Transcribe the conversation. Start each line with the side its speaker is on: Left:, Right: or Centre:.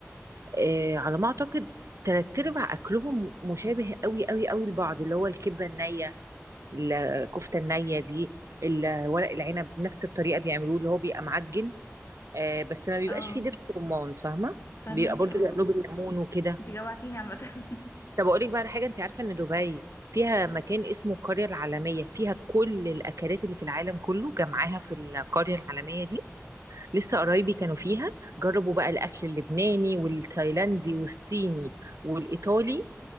Right: آه على ما اعتقد تلات ارباع اكلهم مشابه قوي قوي قوي لبعض اللي هو الكبة النية الكفتة النية دي ال- ورق العنب نفس الطريقة بيعملوه اللي هو بيبقى معجن آه بس ما بيبقاش
Left: اه
Right: فيه دبس رمان فاهمة
Left: فهميكي
Right: بيبقى برضو
Left: اه آه.
Right: بيعملوه بالليمون وكده
Left: انت جوعتيني عامه <laughs>
Right: طب اقول لك بقى على حاجه انت عارفه ان دبي فيها مكان اسمه القريه العالميه فيها كل الاكلات اللي في العالم كله جمعاها في القريه العالميه دي لسه قرايبي كانوا فيها جربوا بقى الاكل اللبناني والتايلاندي والصيني والايطالي